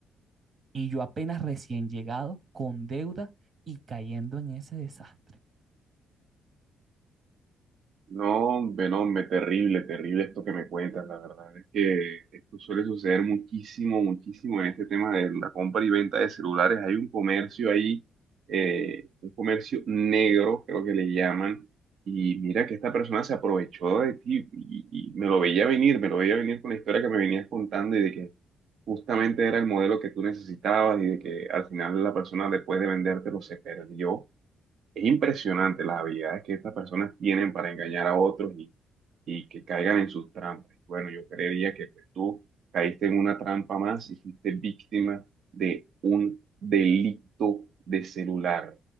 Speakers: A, on the right; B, on the right.
A: Y yo apenas recién llegado, con deuda y cayendo en ese desastre.
B: No, hombre, no, hombre, terrible, terrible esto que me cuentas, la verdad. Es que esto suele suceder muchísimo, muchísimo en este tema de la compra y venta de celulares. Hay un comercio ahí, eh, un comercio negro, creo que le llaman. Y mira que esta persona se aprovechó de ti y, y me lo veía venir, me lo veía venir con la historia que me venías contando y de que justamente era el modelo que tú necesitabas y de que al final la persona después de vendértelo se perdió es impresionante las habilidades que estas personas tienen para engañar a otros y, y que caigan en sus trampas. Y Bueno, yo creería que pues, tú caíste en una trampa más y fuiste víctima de un delito de celular.